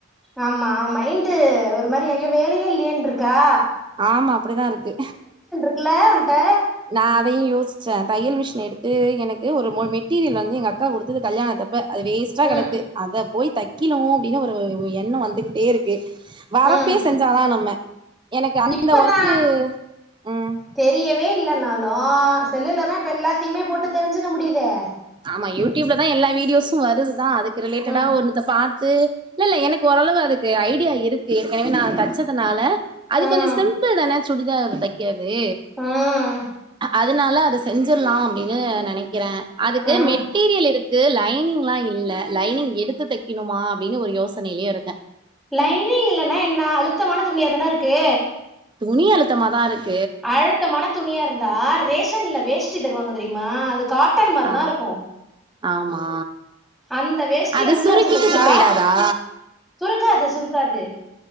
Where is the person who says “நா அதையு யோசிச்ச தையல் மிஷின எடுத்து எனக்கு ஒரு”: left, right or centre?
Right